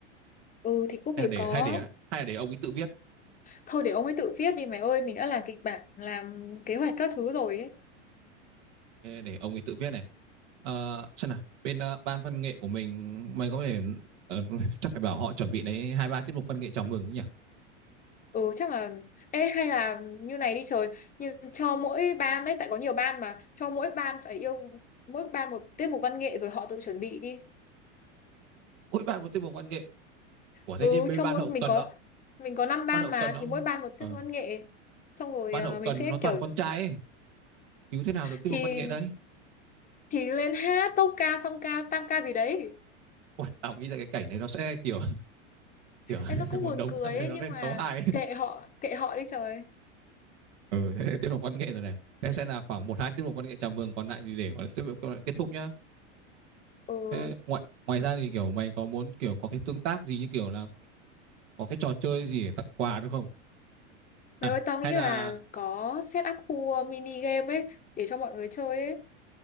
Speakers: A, on the left; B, on the right.
A: Ừ thì cũng
B: hay
A: phải
B: là để
A: có.
B: hay để hay là để ông ấy tự viết
A: Thôi để ông ấy tự viết đi mày ơi, mình đã làm kịch bản, làm kế hoạch các thứ rồi ấy.
B: ừ. để ông ấy tự viết này Ờ, xem nào bên ờ, ban văn nghệ của mình mày có thể ờ, <laughs> chắc phải bảo họ chuẩn bị đấy hai ba tiết mục văn nghệ chào mừng nhỉ
A: Ừ chắc là ê hay là như này đi trời, nhưng cho mỗi ban ấy tại có nhiều ban mà, cho mỗi ban phải yêu mỗi ban một tiết mục văn nghệ rồi họ tự chuẩn bị đi
B: mỗi bạn một tiết mục văn nghệ của
A: ừ
B: thế chứ bên
A: cho
B: ban
A: mỗi
B: hậu
A: mình
B: cần
A: có
B: đó
A: mình có 5 ban
B: ban hậu
A: mà
B: cần đó
A: thì mỗi ban một
B: ờ,
A: tiết văn nghệ xong rồi
B: ban
A: ờ,
B: hậu cần
A: mình sẽ
B: nó toàn
A: kiểu
B: con trai ấy. cứu thế nào được tiết
A: thì
B: mục văn nghệ đấy
A: thì lên hát tốp ca song ca tam ca gì đấy
B: Uầy, tao nghĩ ra cái cảnh này nó sẽ kiểu kiểu <laughs>
A: em nó cũng
B: một
A: buồn
B: đống
A: cười
B: thằng này
A: ấy
B: nó
A: nhưng
B: lên
A: mà
B: tấu hài
A: kệ họ kệ họ đi trời
B: Ừ, thế tiết mục văn nghệ rồi này. Thế sẽ là khoảng một hai tiết mục văn nghệ chào mừng còn lại thì để có tiết mục kết thúc nhá.
A: ừ
B: Thế ngoài ngoài ra thì kiểu mày có muốn kiểu có cái tương tác gì như kiểu là có cái trò chơi gì để tặng quà được không?
A: mày
B: À
A: ơi tao nghĩ
B: hay là
A: là có set up khu ờ, mini game ấy để cho mọi người chơi ấy